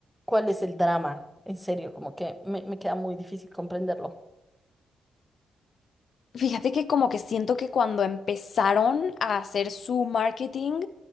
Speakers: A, in the centre; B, on the left (about 60°).
A: cuál es el drama, en serio, como que me, me queda muy difícil comprenderlo.
B: fíjate que como que siento que cuando empezaron a hacer su marketing,